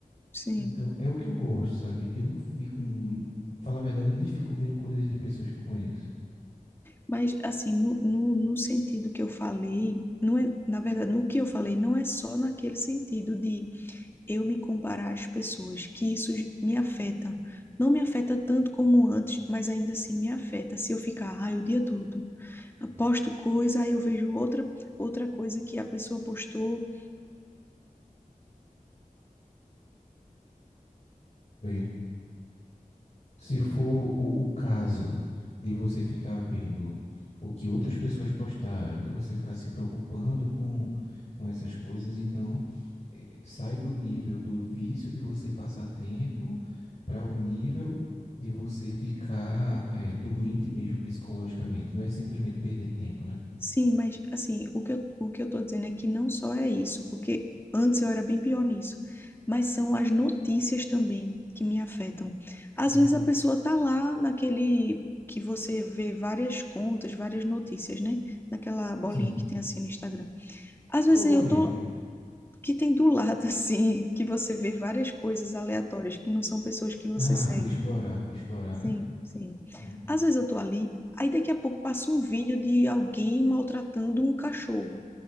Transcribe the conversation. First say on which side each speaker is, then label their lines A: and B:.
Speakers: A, on the left (about 15°); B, on the left (about 50°).
A: sim.
B: Então, é o que eu gosto, sabe? Eu não fico, mu- falar a verdade, eu nem fico vendo coisas de pessoas que eu conheço.
A: Mas, assim, no, no, no sentido que eu falei, não é, na verdade, no que eu falei, não é só naquele sentido de eu me comparar às pessoas, que isso me afeta. Não me afeta tanto como antes, mas ainda assim me afeta se eu ficar, ai, o dia todo.
B: Hum.
A: Posto coisa, aí eu vejo outra, outra coisa que a pessoa postou.
B: Oi. Se for o, o caso de você ficar vendo o que outras pessoas postaram, de você ficar se preocupando com, com essas coisas, então eh, sai do nível do vício de você passar tempo para o nível de você ficar eh, doente mesmo psicologicamente. Não é simplesmente perder tempo, né?
A: Sim, mas assim, o que eu, o que eu tô dizendo é que não só é isso, porque antes eu era bem pior nisso, mas são as notícias também que me afetam. Às
B: Hum,
A: vezes a pessoa tá lá naquele que você vê várias contas, várias notícias, né? Naquela bolinha
B: Sim.
A: que tem assim no Instagram. Às
B: Qual
A: vezes
B: bolinha?
A: eu tô que tem do lado <laughs> assim, que você vê várias coisas aleatórias que não são pessoas que você
B: Ah,
A: segue.
B: o explorar, o explorar,
A: Sim,
B: né?
A: sim.
B: Hum,
A: Às vezes eu tô ali, aí daqui a pouco passa um vídeo de alguém maltratando um cachorro